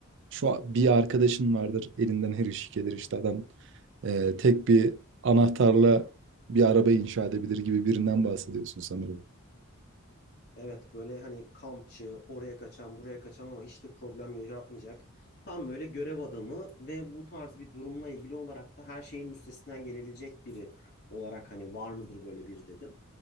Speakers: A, on the right; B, on the left.
A: şu a- bir arkadaşın vardır elinden her iş gelir işte adam e, tek bir anahtarla bir araba inşa edebilir gibi birinden bahsediyorsun sanırım.
B: Evet böyle hani kampçı, oraya kaçan, buraya kaçan ama hiç de problem yaratmayacak. Tam böyle görev adamı ve bu tarz bir durumla ilgili olarak da her şeyin üstesinden gelebilecek biri olarak hani var mıdır böyle bir dedim.